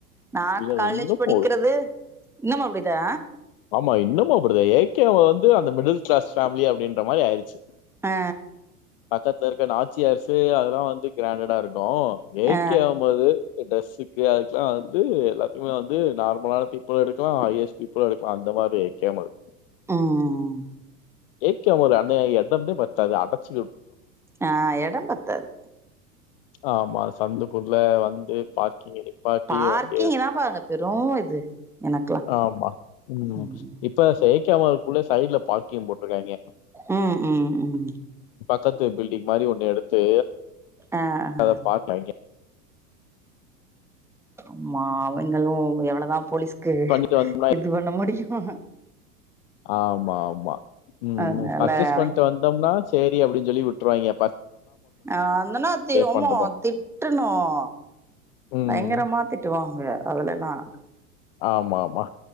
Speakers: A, in the centre; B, on the left.
A: நா
B: இல்ல
A: காலேஜ்
B: இன்னும்
A: படிக்கிறது
B: போகுது.
A: இன்னமும் அப்டிதா
B: ஆமா இன்னமு அப்டிதா ஏ கேவே வந்து அந்த மிடில் கிளாஸ் ஃபேமிலி அப்டின்ற மாரி ஆயிருச்சு
A: ஆ
B: பக்கத்தெர் க்க நாச்சி அரசு அதெல்லா வந்து கிராண்ட்டா இருக்கு ப்புறோ ஏக்
A: ஆ
B: கேய் ஆவும்போது இந்த டிரெஸ்சுக்கு அதுக்குல்லா வந்து எல்லாத்தியுமே வந்து நார்முலான பீப்புள் எடுக்குலாம் ஹையர்ஸ் பீப்புள எடுக் க்குலா அந்து மாரியே கேமுல்
A: ஆஹ்
B: ஏக் கேவோட அண்ணே எடம்பே பத்தாத அடச்சு
A: ஆஹ் எடம் பத்தாது
B: ஆம்மா சந்துக்குல வந்து பார்த் கேடு பாட்டிய
A: பார்க்கிங்
B: வந்து
A: தான்ப்பா அங்க பெரு இது எனக்குலா
B: ஆம்மா உம்
A: ம்
B: இப்ப சேயிக் கமாருக்குள்ள சைட்டுல பார்கிங் போட் டு இருக்காங்க
A: உம் உம் உம்
B: பக்கத்து பில்டிங் மாரி ஒண்ணு எடுத்து
A: ஆஹ் ஆஹ்ஹ
B: அத பார்க்காங்க
A: ஆமா அவுங்களும் எவ்வளவுதான் போலீஸ் க்கு
B: பண்ணிட்டு வந்தோம்னா
A: இது பண்ண முடியும்
B: ஆமா ஆமா உம்
A: அதனால
B: பர்ச்சேஸ்
A: அவை
B: பண்ட்டு வந்தோம்னா செரி அப்படின்னு சொல்லி விட்ருவாங்க
A: ஆஹ் வந்தன்னா த உம்
B: பண்றோம்
A: திட்டுணும்
B: ம்
A: பயங்கரமா திட்டுவாங்க அதலாம் எல்லாம்
B: ஆமா ஆமா